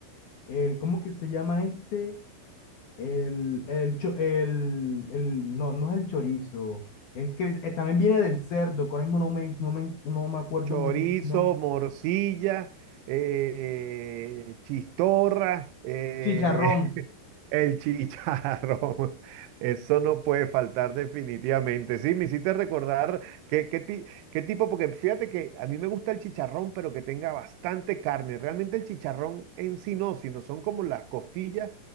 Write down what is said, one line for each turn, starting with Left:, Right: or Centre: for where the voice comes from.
Left: el, ¿cómo que se llama este? El, el, cho- el, el- no, no es el chorizo. Es que eh, también viene del cerdo, que ahora mismo no me, no me, no me acuerdo
Right: chorizo,
Left: muy bien el nombre.
Right: morcilla, eh, chistorra, eh,
Left: Chicharrón,
Right: <laughs> el chicharrón. Eso no puede faltar definitivamente. Sí, me hiciste recordar qué, qué, ti- qué tipo, porque fíjate que a mí me gusta el chicharrón, pero que tenga bastante carne. Realmente el chicharrón en sí no, sino son como las costillas